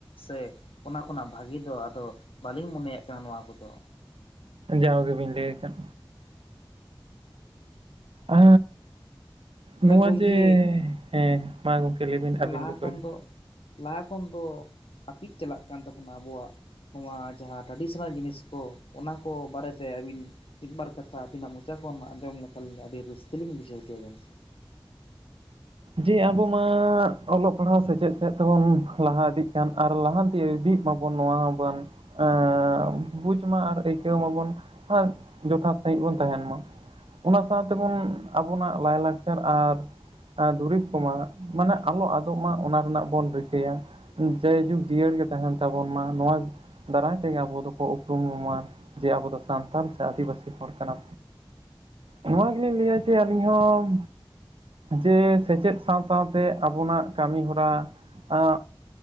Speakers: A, on the left (about 80°); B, on the right (about 80°).
A: ᱥᱮ ᱚᱱᱟ ᱠᱷᱚᱱᱟᱜ ᱵᱷᱟᱜᱤ ᱫᱚ ᱟᱫᱚ ᱵᱟᱹᱞᱤᱧ ᱢᱚᱱᱮᱭᱟᱜ ᱠᱟᱱᱟ ᱱᱚᱣᱟ ᱠᱚᱫᱚ᱾
B: ᱡᱟᱣ ᱜᱮᱵᱤᱱ ᱞᱟ. ᱭᱮᱫ ᱠᱟᱜ
A: ᱦ <inaudible>
B: ᱟ
A: ᱦᱳᱭ
B: ᱱᱚᱣᱟ
A: ᱜᱚᱢᱠᱮ
B: ᱡᱮ ᱦᱮᱸ ᱢᱟ ᱜᱚᱝᱠᱮ ᱞᱟᱹᱭ ᱵᱤᱱ ᱟᱹᱵᱤᱱ
A: ᱞᱟᱦᱟ
B: ᱜᱮ
A: ᱠᱷᱚᱱ
B: ᱯᱟᱦᱤᱞ
A: ᱫᱚ ᱞᱟᱦᱟ ᱠᱷᱚᱱ ᱫᱚ ᱦᱟᱹᱯᱤᱫ ᱪᱟᱞᱟᱜ ᱠᱟᱱ ᱛᱟᱵᱚᱱᱟ ᱟᱵᱚᱣᱟᱜ ᱱᱚᱣᱟ ᱡᱟᱦᱟᱸ ᱴᱨᱟᱰᱤᱥᱚᱱᱟᱞ ᱡᱤᱱᱤᱥ ᱠᱚ ᱚᱱᱟ ᱠᱚ ᱵᱟᱨᱮᱛᱮ ᱟᱹᱵᱤᱱ ᱢᱤᱫᱼᱵᱟᱨ ᱠᱟᱛᱷᱟ ᱟᱹᱵᱤᱱᱟᱜ ᱢᱚᱪᱟ ᱠᱷᱚᱱ ᱟᱡᱚᱢ ᱞᱮᱠᱷᱟᱱ ᱟᱹᱰᱤ ᱨᱟᱹᱥᱠᱟᱹ ᱞᱤᱧ ᱵᱩᱡᱷᱟᱹᱣ ᱠᱮᱭᱟ ᱜᱚᱝᱠᱮ
B: ᱡᱮ ᱟᱵᱚ ᱢᱟ ᱚᱞᱚᱜ ᱯᱟᱲᱦᱟᱣ ᱥᱮᱪᱮᱫ ᱥᱮᱫ ᱛᱮᱵᱚᱱ ᱞᱟᱦᱟ ᱤᱫᱤᱜ ᱠᱟᱱ ᱟᱨ ᱞᱟᱦᱟ ᱤᱫᱤᱜ ᱢᱟᱵᱚᱱ ᱱᱚᱣᱟ ᱦᱚ ᱵᱟᱱ ᱮ ᱵᱩᱡᱽ ᱢᱟ ᱟᱨ ᱟᱹᱭᱠᱟᱹᱣ ᱢᱟᱵᱚᱱ ᱟᱨ ᱡᱚᱛᱷᱟᱛ ᱥᱟᱸᱦᱤᱡ ᱵᱚᱱ ᱛᱟᱦᱮᱱ ᱢᱟ᱾ ᱚᱱᱟ ᱥᱟᱶᱛᱮᱵᱚᱱ ᱟᱵᱚᱱᱟᱜ ᱞᱟᱭᱼᱞᱟᱠᱪᱟᱨ ᱟᱨ ᱟ ᱫᱩᱨᱤᱵᱽ ᱠᱚᱢᱟ ᱢᱟᱱᱮ ᱟᱞᱚ ᱟᱫᱚᱜ ᱢᱟ ᱚᱱᱟ ᱨᱮᱱᱟᱜ ᱵᱚᱱ ᱨᱤᱠᱟᱹᱭᱟ᱾ ᱡᱟᱭᱡᱩᱜᱽ ᱡᱤᱭᱟᱹᱲ ᱜᱮ ᱛᱟᱦᱮᱱ ᱛᱟᱵᱚᱱ ᱢᱟ ᱱᱚᱣᱟ ᱫᱟᱨᱟᱭ ᱛᱮᱜᱮ ᱟᱵᱚ ᱫᱚᱠᱚ ᱩᱯᱨᱩᱢ ᱢᱟ ᱡᱮ ᱟᱵᱚ ᱫᱚ ᱥᱟᱱᱛᱟᱲ ᱥᱮ ᱟᱹᱫᱤᱵᱟᱹᱥᱤ ᱦᱚᱲ ᱠᱟᱱᱟ ᱱᱚᱣᱟ ᱜᱮᱞᱤᱧ ᱞᱟᱹᱭᱟ ᱡᱮ ᱟᱹᱞᱤᱧ ᱦᱚᱸ ᱡᱮ ᱥᱮᱪᱮᱫ ᱥᱟᱶ ᱥᱟᱶᱛᱮ ᱟᱵᱚᱱᱟᱜ ᱠᱟᱹᱢᱤ ᱦᱚᱨᱟ ᱟ